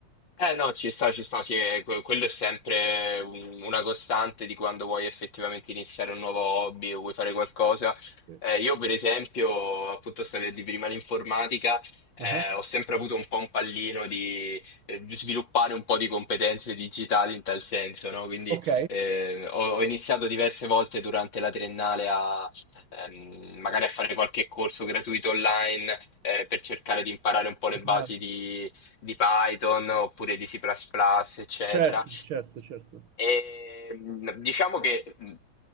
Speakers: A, on the left; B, on the right.
A: Eh no, ci sta, ci sta, sì, è- que- quello è sempre un- una costante di quando vuoi effettivamente iniziare un nuovo hobby o vuoi fare qualcosa.
B: Sì.
A: Eh, io per esempio, appunto stavi a dire prima l'informatica, eh,
B: Ah.
A: ho sempre avuto un po' un pallino di, eh, di sviluppare un po' di competenze digitali in tal senso, no? Quindi
B: Ok.
A: eh, ho, ho iniziato diverse volte durante la triennale a ehm, magari a fare qualche corso gratuito online eh, per cercare di imparare un po' le
B: Imparare.
A: basi di Python oppure di C++, plus plus, eccetera.
B: Certo, certo, certo.
A: E mh, diciamo che mh,